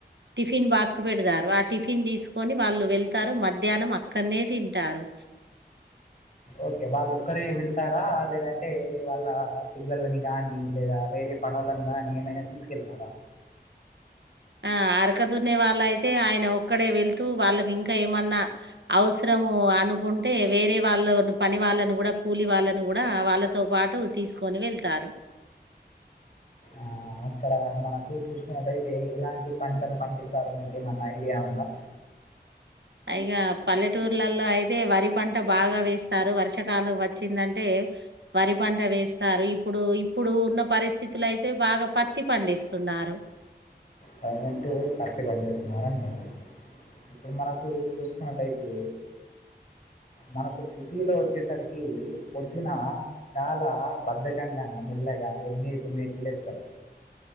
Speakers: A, on the right; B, on the left.
A: టిఫిన్ బాక్స్ పెడతారు ఆ టిఫిన్ తీ కొని వాళ్ళు వెళ్తారు మధ్యాహ్నం అక్కడనే తింటారు
B: ఓకే వాళ్ళ ఒక్కరే వెళ్తారా, లేదంటే వాళ్ళ పిల్లలని కాని లేదా వేరే పనువులను గాని ఏమైనా తీసుకెళ్తారా
A: ఆ అరకదున్నే వాళ్ళ అయితే ఆయన ఒక్కడే వెళ్తూ, వాళ్ళకి ఇంకా ఏమన్నా, అవసరము అనుకుంటే వేరే వాళ్ళ పని వాళ్ళను కూడా కూలి వాళ్ళని కూడా వాళ్ళతో పాటు తీసుకొని వెళ్తారు.
B: ఆహ్, అక్కడ మనకు చూసుకున్నట్టయితే, ఎలాంటి పంటలు పండిస్తారో మీకు ఏమన్నా ఐడియా ఉందా
A: ఇగ పల్లెటూర్లలో అయితే వరి పంట బాగా వేస్తారు, వర్షాకాలం వచ్చిందంటే, వరి పంట వేస్తారు, ఇప్పుడు ఇప్పుడు ఉన్న పరిస్థితులు అయితే బాగా పత్తి పండిస్తున్నారు.
B: ప్రజెంట్ పత్తి పండిస్తున్నారు అంటుండ్రు, ఇప్పుడు మనకు చూసుకున్నట్టయితే, మనకు సిటీలో వచ్చేసరికి పొద్దున చాలా బద్ధకంగా మెల్లగా ఎనిమిది తొమ్మిది గి లేస్తం